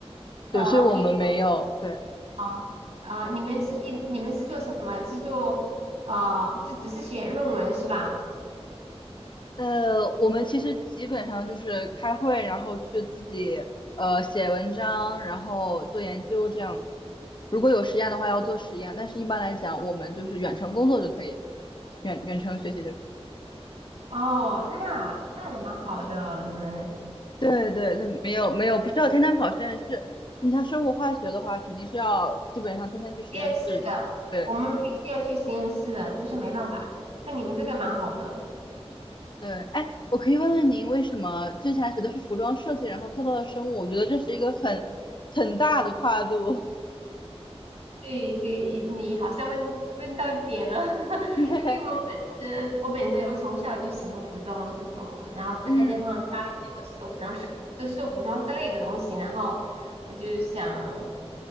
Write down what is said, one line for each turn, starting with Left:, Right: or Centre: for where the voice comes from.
Left: 对，
Right: 呃，
Left: 所以我们没有，
Right: 比如
Left: 对，
Right: 啊啊、你们是你你们是做什么？是做啊、就只是写论文是吧？
Left: 呃，我们其实基本上就是开会，然后去自己呃写文章，然后做研究这样子。如果有实验的话，要做实验，但是一般来讲，我们就是远程工作就可以，远远程学习就可以。
Right: 哦，那那也蛮好的，你们实
Left: 对对，他没有没有，不需要天天跑实验室。你像生物化学的话，肯定是要基本上天天去实验室的。
Right: 验室的，
Left: 对
Right: 我们必须要去实验室的，就是没办法，像你们这个蛮好的。
Left: 对，哎，我可以问问您，为什么之前学的是服装设计，然后跳到了生物？我觉得这是一个很很大的跨度。
Right: 对对，你好像问问到点了，<laughs>
Left: <laughs>
Right: 因为我本身我本身我从小就喜欢服装这种的，然后再加上家里人都是做服装设，
Left: 嗯
Right: 都是做服装之类的东西，然后我就想